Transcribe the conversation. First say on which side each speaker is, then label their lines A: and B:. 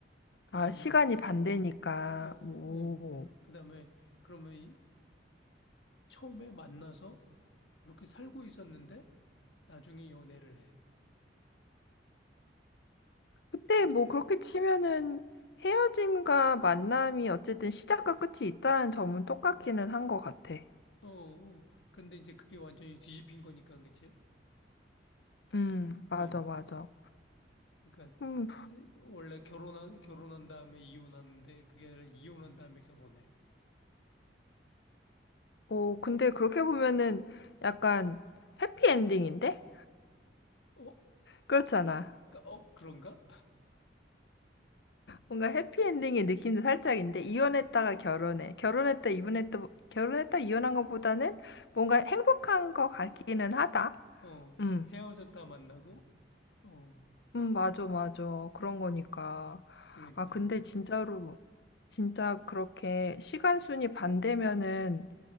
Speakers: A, on the left; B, on the left.
A: 그
B: 아,
A: 다음에,
B: 시간이 반대니까.
A: 어, 어,
B: 오.
A: 어. 그 다음에, 그러면 이- 처음에 만나서 이렇게 살고 있었는데, 나중에 연애를 해.
B: 그때
A: 그것
B: 뭐 그렇게 치면은 헤어짐과 만남이 어쨌든 시작과 끝이 있다라는 점은 똑같기는 한 것 같아.
A: 어, 어. 근데 이제 그게 완전히 뒤집힌 거니까, 그치?
B: 음, 맞아,
A: 어,
B: 맞아.
A: 그러니까
B: 음,
A: 원래 결혼한 결혼한 다음에 이혼하는데 그게 아니라 이혼한 다음에 결혼해.
B: 어, 근데 그렇게 보면은 약간 해피엔딩인데?
A: 어,
B: 그렇잖아.
A: 까- 어 그런가?
B: 뭔가 해피엔딩의 느낌도 살짝인데, 이혼했다가 결혼해. 결혼했다, 이혼했다, 결혼했다, 이혼한 것보다는 뭔가 행복한 것 같기는 하다.
A: 어,
B: 음.
A: 헤어졌다 만나고. 어,
B: 음, 맞아, 맞아. 그런 거니까.
A: 그러니까
B: 아, 근데 진짜로, 진짜 그렇게 시간순이 반대면은,